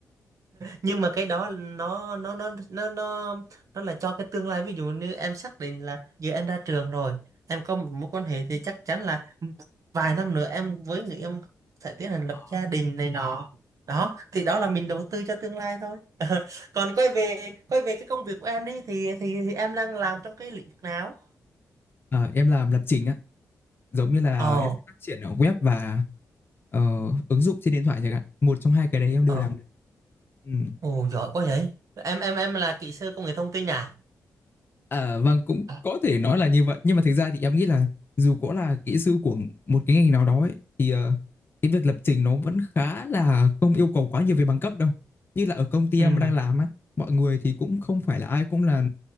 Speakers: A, on the right; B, on the left.
A: nhưng mà cái đó nó nó nó nó nó nó là cho cái tương lai ví dụ như em xác định là giờ em ra trường rồi em có một mối quan hệ thì chắc chắn là vài năm nữa em với người yêu sẽ tiến hành lập
B: Ờ,
A: gia đình này nọ đó thì đó là mình đầu tư cho tương lai thôi <laughs> còn quay về quay về cái công việc của em đi thì thì, thì em đang làm trong cái lĩnh vực nào
B: Ờ, em làm lập trình á giống như là
A: ồ
B: em sẽ phát triển ở web và ờ, ứng dụng trên điện thoại chẳng hạn một trong hai cái đấy em đều
A: ồ
B: làm được ừ.
A: ồ giỏi quá vậy em em em là kỹ sư công nghệ thông tin à
B: À, vâng cũng
A: À.
B: có thể nói là như vậy nhưng mà thực ra thì em nghĩ là dù có là kỹ sư của một cái ngành nào đó ấy, thì ờ, cái việc lập trình nó vẫn khá là không yêu cầu quá nhiều về bằng cấp đâu như là ở công ty
A: ừ
B: em đang làm á mọi người thì cũng không phải là ai cũng là